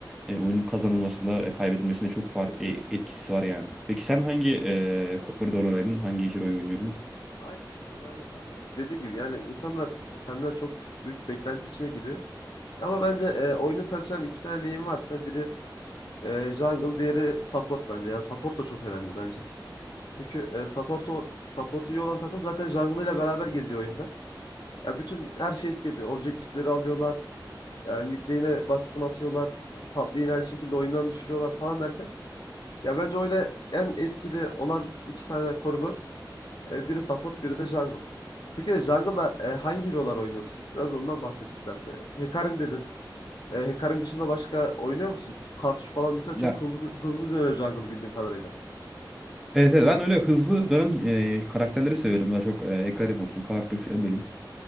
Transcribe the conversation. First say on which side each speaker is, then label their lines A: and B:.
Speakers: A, in the centre; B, on the left.
A: e, oyunun kazanılmasında e, kaybedilmesinde çok far, e, etkisi var yani. Peki sen hangi
B: Evet.
A: e, koridordaydın? Hangi hero'yu oynuyordun?
B: Aynı şekilde ben de jungle oynuyorum. Dediğim gibi yani insanlar senden çok büyük beklenti içine giriyor. Ama bence e, oyunu taşıyan iki tane lane varsa biri e, jungle, diğeri support bence. Yani support da çok önemli bence. Çünkü e, support o support iyi olan takım zaten jungle ile beraber geziyor oyunda. Ya bütün her şey etki ediyor. Objektifleri alıyorlar. Yani mid lane'e baskın atıyorlar. Top lane'i aynı şekilde oyundan düşürüyorlar falan derken. Ya bence oyuna en etkili olan iki tane koridor. E, biri support, biri de jungle. Peki jungle'da e, hangi hero'lar oynuyorsun? Biraz ondan bahset istersen. Hecarim dedin. E, Hecarim dışında başka oynuyor musun? Kartuş falan mesela
A: Ya
B: çok hızlı hızlı dönüyor jungle bildiğim kadarıyla.
A: evet, evet ben öyle hızlı dönen e, karakterleri seviyorum. Daha çok e, Hecarim olsun, Kartuş, Ebelin.